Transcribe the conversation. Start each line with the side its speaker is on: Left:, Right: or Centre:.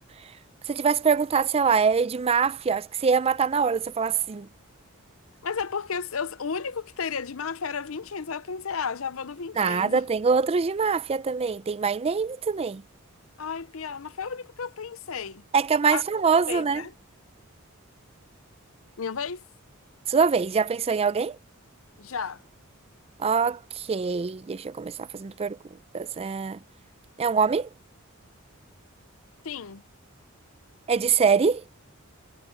Right: <laughs> Se eu tivesse perguntado, sei lá, é de máfia, acho que você ia matar na hora se eu falasse sim.
Left: Mas é porque eu- o único que teria de máfia era Vincenzo. Aí eu pensei, ah, já vou no Vincenzo.
Right: Nada, tem outros de máfia também. Tem My Name também.
Left: Ai, piada, mas foi o único que eu pensei.
Right: É que é mais
Left: Agora
Right: famoso,
Left: é minha
Right: né?
Left: vez, né? Minha vez?
Right: Sua vez, já pensou em alguém?
Left: Já.
Right: Ok, deixa eu começar fazendo perguntas. É, é um homem?
Left: Sim.
Right: É de série?